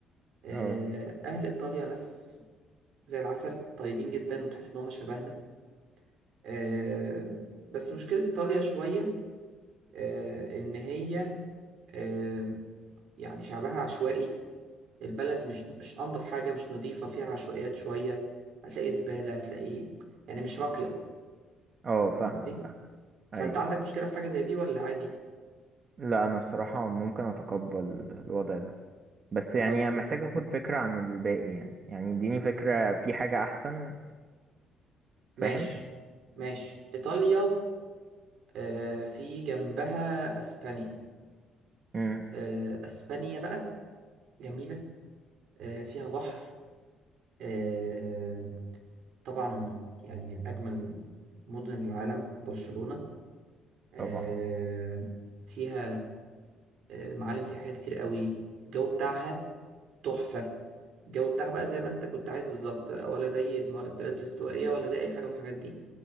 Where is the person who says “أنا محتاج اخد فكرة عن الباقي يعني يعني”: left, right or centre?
Right